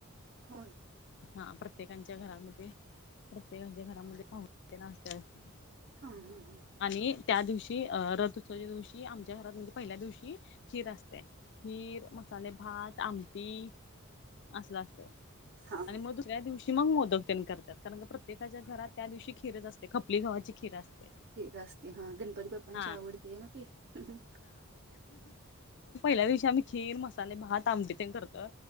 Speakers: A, on the right; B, on the left.
A: होय.
B: हा प्रत्येकांच्या घरामध्ये, प्रत्येकच्या घरामध्ये, पाहूने तेन असत्यात.
A: हा हा हं हं.
B: आणि त्या दिवशी अं.. रथ उत्सवाच्या दिवशी आमच्या घरात म्हणजे, पहिल्या दिवशी खीर असत्या. खीर मसाले भात आमटी असलं, असते
A: हा
B: आणि
A: हा
B: मग दु दुसऱ्या दिवशी मग मोदक तेन करत्यात, कारण का प्रत्येकाच्या घरात त्या दिवशी खीरच असते, खपली गव्हाची खीर असते.
A: हे रस्ते हा गणपती बापांच्या
B: हा
A: आवडते ना ते हम्म.
B: त्या दिवशी आम्ही, खीर मसाले भात आमटी ते करतोय